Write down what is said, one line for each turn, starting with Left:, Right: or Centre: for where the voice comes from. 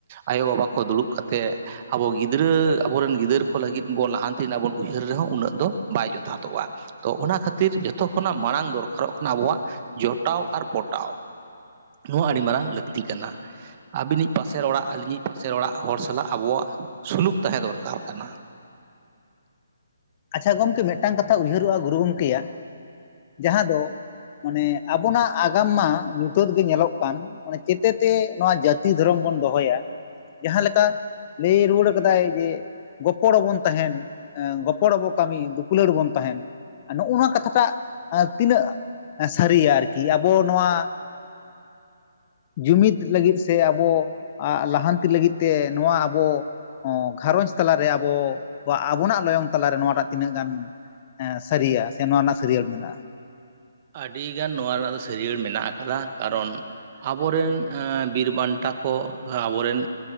Right: ᱟᱭᱳ ᱵᱟᱵᱟ ᱠᱚ ᱫᱩᱲᱩᱵ ᱠᱟᱛᱮᱜ ᱟᱵᱚ ᱜᱤᱫᱽᱨᱟᱹ ᱟᱵᱚᱨᱮᱱ ᱜᱤᱫᱟᱹᱨ ᱠᱚ ᱞᱟᱹᱜᱤᱫ ᱵᱚᱱ ᱞᱟᱦᱟᱱᱛᱤ ᱨᱮᱱᱟᱜ ᱵᱚᱱ ᱩᱭᱦᱟᱹᱨ ᱨᱮᱦᱚᱸ ᱩᱱᱟᱹᱜ ᱫᱚ ᱵᱟᱭ ᱡᱚᱛᱷᱟᱛᱚᱜᱼᱟ᱾ ᱛᱚ ᱚᱱᱟ ᱠᱷᱟᱹᱛᱤᱨ ᱡᱚᱛᱚ ᱠᱷᱚᱱᱟᱜ ᱢᱟᱲᱟᱝ ᱫᱚᱨᱠᱟᱨᱚᱜ ᱠᱟᱱᱟ ᱟᱵᱚᱣᱟᱜ ᱡᱚᱴᱟᱣ ᱟᱨ ᱯᱚᱴᱟᱣ ᱱᱚᱣᱟ ᱟᱹᱰᱤ ᱢᱟᱨᱟᱝ ᱞᱟᱹᱠᱛᱤ ᱠᱟᱱᱟ᱾ ᱟᱹᱵᱤᱱᱤᱡ ᱯᱟᱥᱮᱨ ᱚᱲᱟᱜ ᱟᱹᱞᱤᱧᱤᱡ ᱯᱟᱥᱮᱨ ᱚᱲᱟᱜ ᱦᱚᱲ ᱥᱟᱞᱟᱜ ᱟᱵᱚᱣᱟᱜ ᱥᱩᱞᱩᱠ ᱛᱟᱦᱮᱸ ᱫᱚᱨᱠᱟᱨ ᱠᱟᱱᱟ᱾
Left: ᱟᱪᱪᱷᱟ ᱜᱚᱢᱠᱮ ᱢᱤᱫᱴᱟᱝ ᱠᱟᱛᱷᱟ ᱩᱭᱦᱟᱹᱨᱚᱜᱼᱟ ᱜᱩᱨᱩ ᱜᱚᱝᱠᱮᱭᱟᱜ, ᱡᱟᱦᱟᱸ ᱫᱚ ᱢᱟᱱᱮ ᱟᱵᱚᱱᱟᱜ ᱟᱜᱟᱢ ᱢᱟ ᱧᱩᱛᱟᱹᱛ ᱜᱮ ᱧᱮᱞᱚᱜ ᱠᱟᱱ ᱚᱱᱮ ᱪᱮᱛᱮᱛᱮ ᱱᱚᱣᱟ ᱡᱟᱹᱛᱤ ᱫᱷᱚᱨᱚᱢ ᱵᱚᱱ ᱫᱚᱦᱚᱭᱟ᱾ ᱡᱟᱦᱟᱸ ᱞᱮᱠᱟ ᱞᱟᱹᱭ ᱨᱩᱣᱟᱹᱲ ᱠᱟᱫᱟᱭ ᱡᱮ ᱜᱚᱯᱚᱲᱚ ᱵᱚᱱ ᱛᱟᱦᱮᱸᱱ ᱜᱚᱯᱚᱲᱚᱵᱚ ᱠᱟᱹᱢᱤ ᱫᱩᱯᱞᱟᱹᱲ ᱵᱚᱱ ᱛᱟᱦᱮᱱ ᱱᱚᱜᱼᱚ ᱱᱚᱣᱟ ᱠᱟᱛᱷᱟᱴᱟᱜ ᱛᱤᱱᱟᱹᱜ ᱥᱟᱹᱨᱤᱭᱟ ᱟᱨᱠᱤ ᱟᱵᱚ ᱱᱚᱣᱟ ᱡᱩᱢᱤᱫ ᱞᱟᱹᱜᱤᱫ ᱥᱮ ᱟᱵᱚ ᱞᱟᱦᱟᱱᱛᱤ ᱞᱟᱹᱜᱤᱫ ᱛᱮ ᱱᱚᱣᱟ ᱟᱵᱚ ᱦᱚᱸ ᱜᱷᱟᱨᱚᱸᱡ ᱛᱟᱞᱟᱨᱮ ᱟᱵᱚ ᱟᱵᱚᱱᱟᱜ ᱞᱚᱭᱚᱝ ᱛᱟᱞᱟᱨᱮ ᱱᱚᱣᱟᱴᱟᱜ ᱛᱤᱱᱟᱹᱜ ᱜᱟᱱ ᱥᱟᱹᱨᱤᱭᱟ ᱥᱮ ᱱᱚᱣᱟ ᱨᱮᱱᱟᱜ ᱥᱟᱹᱲᱤᱭᱟᱹᱲ ᱢᱮᱱᱟᱜᱼᱟ᱾
Right: ᱟᱹᱰᱤ ᱜᱟᱱ ᱱᱚᱣᱟ ᱨᱮᱱᱟᱜ ᱫᱚ ᱥᱟᱹᱨᱤᱭᱟᱹᱲ ᱢᱮᱱᱟᱜ ᱟᱠᱟᱫᱟ ᱠᱟᱨᱚᱱ ᱟᱵᱚᱨᱮᱱ ᱵᱤᱨ ᱵᱟᱱᱴᱟ ᱠᱚ ᱟᱵᱚᱨᱮᱱ